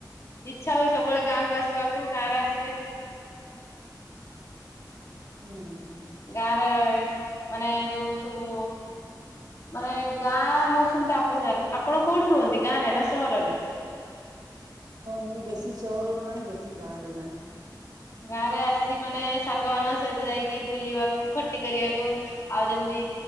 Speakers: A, on the left (about 40°); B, on the right (about 60°).
A: ଇଚ୍ଛା ହୁଏ ସବୁବଳେ ଗାଁ କୁ ଆସିବାକୁ। ଗାଁ ରେ ଆସି <inaudible>
B: ହୁଁ ହୁଁ
A: ଗାଁ ରେ ମାନେ ଯଉ ସବୁ ମାନେ ଗାଁ ମୌସୁମ୍ ଟା, ଆପଣ କଉଠି ରୁହନ୍ତି ଗାଁ ରେ ନା ସହରରେ?
B: ମୁଁ ବେଶୀ ସ--ରରେ ନାଇଁ, ବେଶୀ ଗାଁ ରେ ନାଇଁ।
A: ଗାଁ ରେ ଆସି, ମାନେ ସାଙ୍ଗମାନଙ୍କ ସ--ତ ଯାଇକି ବୁଲିବାକୁ ଖଟି କରିବାକୁ ଆଉ ଯେମ୍ତି